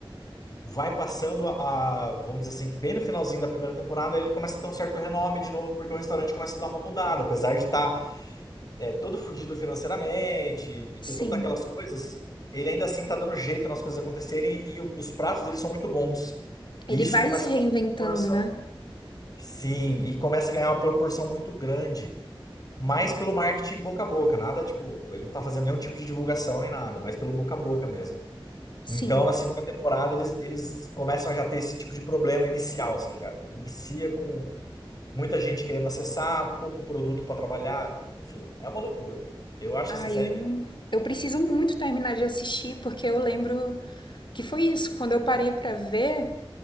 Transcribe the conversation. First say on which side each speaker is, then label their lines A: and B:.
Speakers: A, on the left; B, on the left.
A: vai passando a, a- vamos dizer assim, que bem no finalzinho da primeira temporada, ele começa a ter um certo renome de novo, porque o restaurante começa a dar uma mudada, apesar de estar todo fudido financeiramente e
B: Sim.
A: ter todas aquelas coisas, ele ainda assim tá dando jeito nas coisas acontecerem e o- os pratos dele são muito bons.
B: Ele
A: E isso
B: vai
A: começa
B: se reinventando,
A: a ganhar uma proporção.
B: né?
A: Sim, e começa a ganhar uma proporção muito grande. Mas pelo marketing boca a boca, nada tipo, ele não tá fazendo nenhum tipo de divulgação nem nada, mas pelo boca a boca mesmo.
B: Sim.
A: Então, na segunda temporada, eles, eles começam a já ter esse tipo de problema inicial, assim, já inicia com muita gente querendo acessar, pouco produto para trabalhar, enfim, é uma loucura. Eu acho
B: Ah,
A: essa série
B: eu
A: incrível.
B: eu preciso muito terminar de assistir porque eu lembro que foi isso, quando eu parei pra ver,